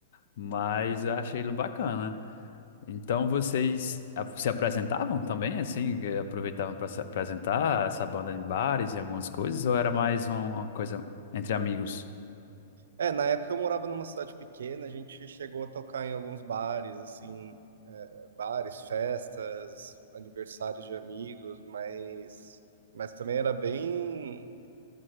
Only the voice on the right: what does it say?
É, na época eu morava numa cidade pequena, a gente chegou a tocar em alguns bares, assim, é, bares, festas, aniversários de amigos, mas, mas também era bem,